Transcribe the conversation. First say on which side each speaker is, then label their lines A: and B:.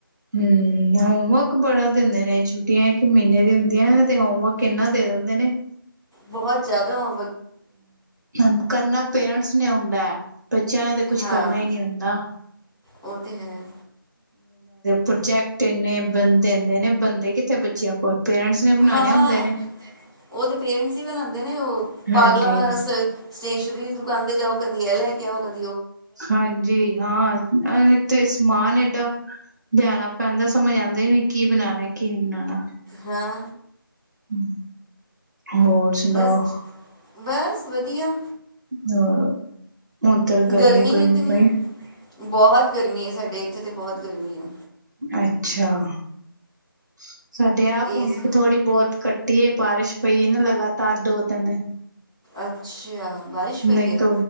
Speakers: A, on the right; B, on the right.
A: ਹਮ, ਹੋਮਵਰਕ ਬੜਾ ਦਿੰਦੇ ਨੇ, ਛੁੱਟੀਆਂ ਇੱਕ ਮਹੀਨੇ ਦੀ ਹੁੰਦੀਆਂ ਤੇ ਹੋਮਵਰਕ ਕਿੰਨਾ ਦੇ ਦਿੰਦੇ ਨੇ।
B: ਬਹੁਤ ਜਿਆਦਾ ਹੋ
A: ਹਮ, ਕਰਨਾ ਪੇਰੈਂਟਸ ਨੇ ਹੁੰਦਾ ਹੈ। ਬੱਚਿਆਂ ਨੇ ਤਾਂ ਕੁਛ
B: ਹਾਂ
A: ਕਰਨਾ ਹੀ ਨੀ ਹੁੰਦਾ। ਹਾਂ,
B: ਉਹ ਤੇ ਹੈ
A: ਪ੍ਰੋਜੈਕਟ ਇੰਨੇ ਬਣਾਉਣ ਨੂੰ ਦਿੰਦੇ ਨੇ, ਬਨਦੇ ਕਿੱਥੇ ਬੱਚਿਆਂ ਕੋਲ। ਪੇਰੈਂਟਸ ਨੇ ਬਣਾਣੇ
B: ਹਾਂ,
A: ਹੁੰਦੇ ਨੇ।
B: ਉਹ ਤੇ ਪੇਰੈਂਟਸ ਹੀ ਬਨਾੰਦੇ ਨੇ ਉਹ। ਪਾਗਲਾ
A: ਹਾਂਜੀ,
B: ਵਾਂਗੂੰ ਸਟੇਸ਼ਨਰੀ ਦੀ ਦੁਕਾਨ ਤੇ ਜਾਓ। ਕਦੀ ਇਹ ਲੈ ਕੇ ਆਓ ਕਦੇ-
A: ਹਾਂਜੀ, ਹਾਂ। ਤੇ ਸਮਾਨ ਏਡਾ ਲਿਆਣਾ ਪੈਂਦਾ, ਸਮਝ ਆਉਂਦੀ ਨੀ, ਕੀ ਬਣਾਉਣਾ, ਕੀ ਨਹੀਂ ਬਣਾਉਣਾ।
B: ਹਾਂ।
A: ਹੂ। ਹੋਰ ਸੁਣਾਓ।
B: ਬਸ ਬਸ ਵਧੀਆ।
A: ਹੂ। ਉਧਰ ਗਰਮੀ-ਗਰਮੀ
B: ਗਰਮੀ ਇਤਨੀ
A: ਪਏ।
B: ਆ ਬਹੁਤ ਗਰਮੀ ਹੈ। ਸਾਡੇ ਇੱਥੇ ਤਾਂ ਬਹੁਤ ਗਰਮੀ ਆ।
A: ਅੱਛਾ। <inaudible> ਸਾਡੇ ਆਪ
B: ਏਜ਼
A: ਹੁਣ ਕੁ ਥੋੜ੍ਹੀ ਬਹੁਤ ਘੱਟ ਇਹ ਬਾਰਿਸ਼ ਪਈ ਨਾ ਲਗਾਤਾਰ ਦੋ, ਤਿੰਨ।
B: ਅੱਛਾ। ਬਾਰਿਸ਼ ਪਈ
A: ਨਹੀਂ
B: ਹੈ
A: ਤ